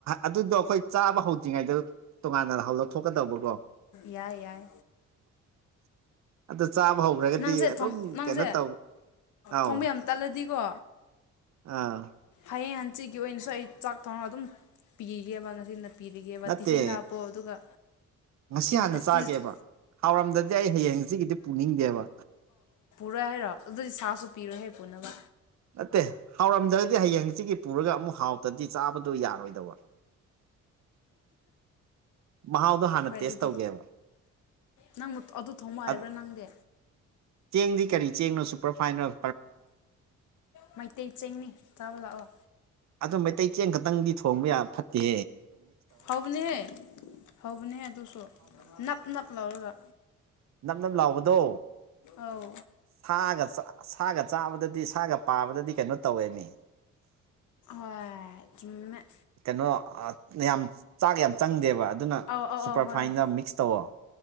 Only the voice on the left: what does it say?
ꯌꯥꯏ ꯌꯥꯏ
ꯅꯪꯁꯦ
ꯅꯪꯁꯦ
ꯊꯣꯡꯕ ꯌꯥꯝ ꯇꯜꯂꯗꯤꯀꯣ
ꯍꯌꯦꯡ ꯍꯟꯆꯤꯀꯤ ꯑꯣꯏꯅꯁꯨ ꯑꯩ ꯆꯥꯛ ꯊꯣꯡꯅꯥ ꯑꯗꯨꯝ ꯄꯤꯒꯦꯕ ꯉꯁꯤ ꯄꯤꯔꯤꯒꯦꯕ
ꯇꯤꯐꯤꯟꯗ ꯍꯥꯞꯄꯣ ꯑꯗꯨꯒ
ꯏꯪ
ꯐ꯭ꯔꯤꯖ
ꯄꯔꯣꯏ ꯍꯥꯏꯔꯣ ꯑꯗꯨꯗꯤ ꯁꯥꯁꯨ ꯄꯤꯔꯣꯏ ꯍꯥꯏ ꯄꯨꯣꯅꯕ
ꯍꯣꯏ
ꯑꯗꯨꯗꯤ
ꯅꯪ ꯑꯗꯨ ꯊꯣꯡꯕ ꯍꯥꯏꯕ꯭ꯔꯥ
ꯅꯪꯗꯤ
ꯃꯩꯇꯩ ꯆꯦꯡꯅꯤ ꯆꯥꯕ ꯂꯥꯛꯑꯣ
ꯍꯧꯕꯅꯦꯍꯦ ꯍꯧꯕꯅꯦ ꯑꯗꯨꯁꯨ ꯅꯞ-ꯅꯞ ꯂꯧꯔꯒ꯫
ꯑꯧ
ꯍꫭꯏ ꯆꯨꯝꯑꯦ꯫
ꯑꯧ ꯑꯧ
ꯑꯧ ꯍꯣꯏ ꯍꯣꯏ